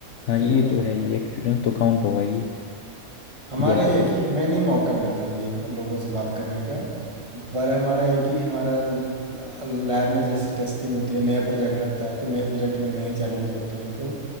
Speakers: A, on the left; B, on the right.
A: हाँ
B: चलो
A: ये तो
B: अच्छा
A: है ये एक्सपीरियंस तो काउंट होगा ही
B: हमारा
A: जैसे
B: ये है कि हमें नहीं मौका मिलता ये लोगों से बात करने का पर हमारा ये कि हमारा लैब में जैसे टेस्टिंग होती है नया प्रोजेक्ट आता है तो नए प्रोजेक्ट में नए चैलेंज होते हैं तो